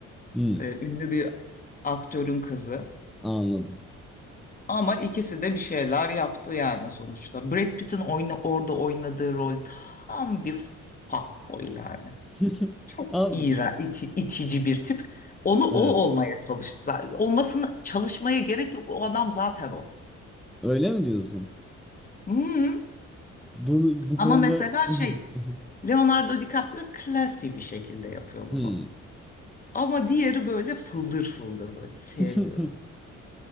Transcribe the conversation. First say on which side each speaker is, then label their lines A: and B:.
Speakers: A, in the centre; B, on the left.
A: Hmm,
B: e, ünlü bir aktörün kızı.
A: anladım.
B: Ama ikisi de bir şeyler yaptı yani sonuçta. Brad Pitt'in oyna, orada oynadığı rol tam bir fuckboy yani.
A: <laughs>
B: Çok
A: Abi,
B: iğrenç, iti- itici bir tip. Onu o
A: evet.
B: olmaya çalıştı. zaten. Olmasını çalışmaya gerek yok. O adam zaten o.
A: Öyle mi diyorsun?
B: Hı.
A: Bunu bu
B: Ama
A: konuda
B: mesela
A: <laughs>
B: şey Leonardo DiCaprio klasi bir şekilde yapıyor
A: Hmm.
B: bunu. Ama diğeri böyle fıldır fıldır böyle sevmiyorum.
A: <laughs>